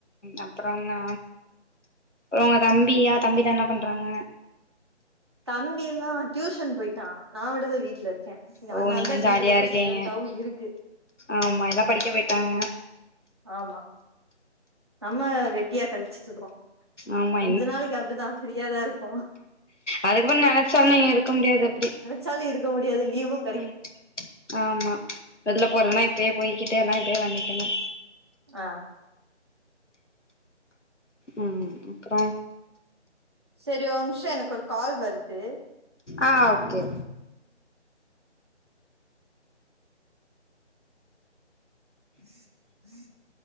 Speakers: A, on the left (about 85°); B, on the right (about 20°).
A: அப்புறம் நா ரங்க தம்பியா தம்பி தா என்ன பண்றாங்க
B: தம்பி எல்லா டியூஷன் போயிட்டான் நா மட்டு தா வீட்ல இருக் கே இங்க
A: ஓ
B: அதனால
A: நீங்க
B: தா வீடு
A: ஜாலியா
B: ரொம்ப
A: இருக்கீங்க
B: சைலண்டாவு இருக்கு
A: ஆமா எல்லா படிக்க போயிட்டாங்க
B: ஆமா நம்ம வெட்டியா கழிச்சிட்ருக்குறோ
A: ஆமா
B: கொஞ்ச நாளைக்கி அப்டிதா ஃப்ரீயாதா இருப்போ
A: அதுக்கப்புற நெனைச்சாலு நீங்க இருக்க முடியாது அப்டி
B: சாலு இருக்க முடியாது லீவும்
A: உம் ஆமா வெளில போறேன்னா இப்பயே போய்கிட்டே எல்லா இப்பயே வாங்கிக்கணு
B: அ
A: உம் அப்றோ
B: சேரி ஒரு நிம்ஷோ எனக்கு ஒரு கால் வருது
A: அ ஓகே
B: <inaudible>